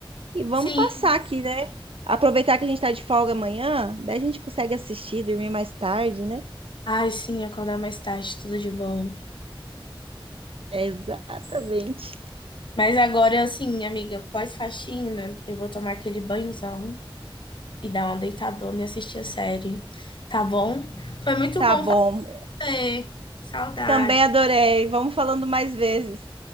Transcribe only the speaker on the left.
Sim.
Ai, sim, acordar mais tarde, tudo de bom.
Mas agora, assim, amiga, pós-faxina, eu vou tomar aquele banhozão e dar uma deitadona e assistir a série, tá bom? Foi muito
bom
fazer. Saudade.